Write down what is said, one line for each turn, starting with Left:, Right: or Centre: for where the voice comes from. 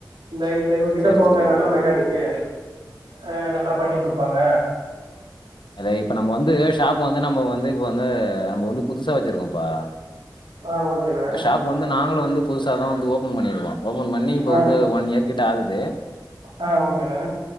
Right: இந்த இந்த இவகிட்ட
Left: சரி
Right: போங்க
Left: சரி
Right: நல்லா
Left: ஓகே
Right: மெக்கானிக்கு
Left: ஓகே
Right: ஆ நல்லா பண்ணி குடுப்பாங்க
Left: அது இப்ப நம்ம வந்து ஷாப்பு வந்து நம்ம வந்து இப்ப வந்து நம்ப வந்து புதுசா வெச்சிருக்கோம்ப்பா
Right: ஆ ஓகேண்ணே
Left: இப்ப ஷாப்பு வந்து நாங்களு வந்து புதுசாதா வந்து ஓபன் பண்ணிருக்கோ ஓபன் பண்ணி இப்ப
Right: ஆ
Left: வந்து ஒன் இயர் கிட்ட ஆகுது
Right: ஆ ஓகேண்ணே